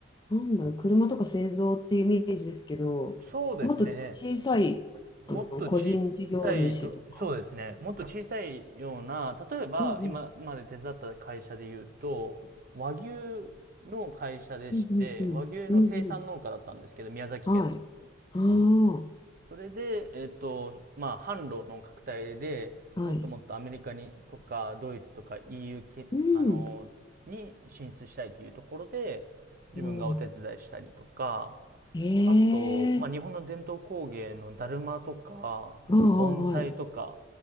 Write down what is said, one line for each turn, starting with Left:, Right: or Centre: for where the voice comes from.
Left: なんだろう、車とか製造っていうイメージですけど、
Right: そうですね。
Left: もっと小さい、
Right: もっと小さいと、
Left: あの、個人事業主とか。
Right: そうですね。もっと小さいような、例えば今まで手伝った会社で言うと、
Left: うんうん
Right: 和牛の会社でして、
Left: うんうんうん。
Right: 和牛の生産農家だったんですけど、
Left: うんうん。
Right: 宮崎県の。
Left: はい。あ
Right: それで、えっと、まあ、販路の拡大で、
Left: あ、はい。
Right: もっともっとアメリカにとか、ドイツとか EU け、あの、
Left: うん。
Right: に進出したいというところで、自分がお手伝いしたりとか、
Left: おーええ
Right: あと、まあ、日本の伝統工芸のだるまとか、
Left: ああ、
Right: その盆栽とか、
Left: はい。